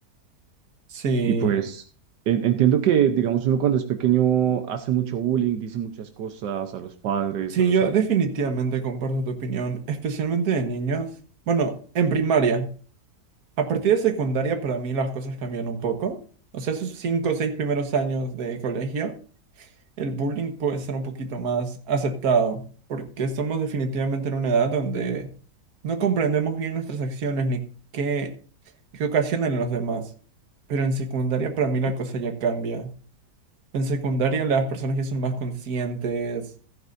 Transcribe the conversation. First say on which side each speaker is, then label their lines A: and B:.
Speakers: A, on the right (about 60°); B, on the right (about 80°).
A: Sí,
B: y pues en- entiendo que, digamos, uno cuando es pequeño hace mucho bullying, dice muchas cosas a los padres,
A: sí,
B: a los
A: yo
B: amigos.
A: definitivamente comparto tu opinión, especialmente de niños. Bueno, en primaria. A partir de secundaria para mí las cosas cambian un poco. O sea, esos cinco o seis primeros años de colegio. el bullying puede ser un poquito más aceptado, porque estamos definitivamente en una edad donde no comprendemos bien nuestras acciones ni qué, qué ocasionan en los demás. Pero en secundaria para mí la cosa ya cambia. En secundaria las personas ya son más conscientes,